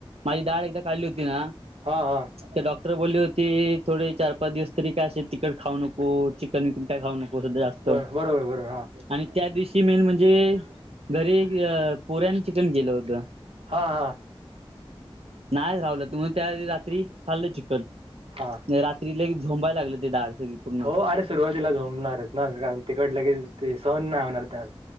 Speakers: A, on the right (about 85°); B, on the right (about 70°).
A: मझी दाढ एकदा काढलि होती ना.
B: हा हां.
A: तर डॉक्टर बोलले होते थोडे चार, पाच दिवस तरी काय. असे तिकट खाऊ नको चिकन विकन काय खाऊ नको?
B: बर बरोबर बरोबर हा
A: आणि त्या दिवशी मेन म्हणजे हम्म. घरी पुऱ्या आणि चिकन केलं होतं.
B: हा. हा.
A: नाहीच रावलं म्हणून त्या रात्री खाल्लं चिकन.
B: हां.
A: रात्री लय झोंबाय लागलं ते दाढ सगळी. पूर्ण
B: हो अरे सुरुवातीला झोमणारच ना, कारण तिखट लगेच ते सहन नाही होणार त्यात.